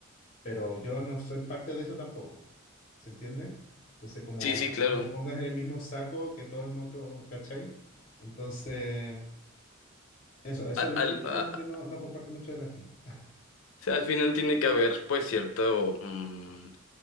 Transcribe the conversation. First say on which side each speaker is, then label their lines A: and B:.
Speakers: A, on the left; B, on the left.
A: pero yo no soy parte de eso tampoco. ¿Se entiende? Entonces, como
B: Sí, sí, claro.
A: no me pongas en el mismo saco que todo el otro, ¿cachai? Entonces, eso, eso
B: A-
A: es lo único
B: Al, a-
A: como que no, no comparto mucho de la gente. <laughs>
B: o sea, al final tiene que haber pues cierto, mm,